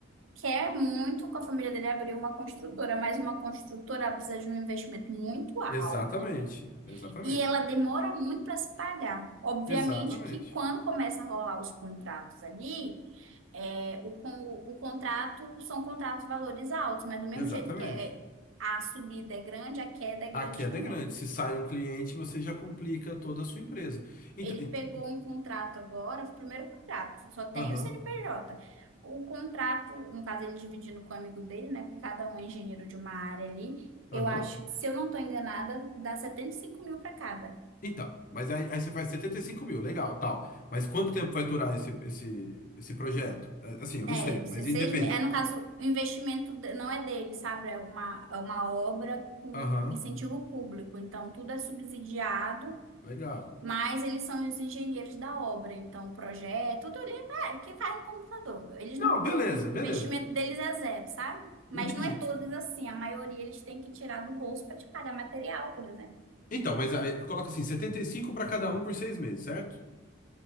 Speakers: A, on the right; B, on the left.
A: quer muito com a família dele abrir uma construtora, mas uma construtora precisa de um investimento muito alto
B: Exatamente, exatamente,
A: e ela demora muito para se pagar. Obviamente
B: exatamente,
A: que quando começa a rolar os contratos ali, é, o, con- o contrato são contratos valores altos, mas do mesmo
B: exatamente.
A: jeito que é- a subida é grande, a queda é grande
B: A queda
A: também.
B: é grande. Se sai um cliente, você já complica toda a sua empresa. Então,
A: Ele
B: então,
A: pegou um contrato agora, foi o primeiro contrato, só tem
B: aham,
A: o CNPJ. O contrato, no caso, ele dividindo com o amigo dele, né? Porque cada um é engenheiro de uma área ali.
B: aham.
A: Eu acho que, se eu não estou enganada, dá 75 mil para cada.
B: Então, mas aí, aí você faz 75 mil, legal, tal. Mas quanto tempo vai durar esse, esse, esse projeto? É, Assim, eu
A: É,
B: não sei, mas
A: os seis
B: independe.
A: É, no caso, o investimento de- não é dele, sabe? É uma, é uma obra com
B: Aham,
A: incentivo público. Então, tudo é subsidiado
B: legal.
A: Mas eles são os engenheiros da obra, então projeto, tudo ali é, o que faz no computador. Eles
B: Não,
A: não, o
B: beleza, beleza.
A: investimento deles é zero, sabe? Mas
B: Entendi.
A: não é todos assim, a maioria eles têm que tirar do bolso para te pagar material, por exemplo.
B: Então, mas aí coloca assim, 75 para cada um por seis meses, certo?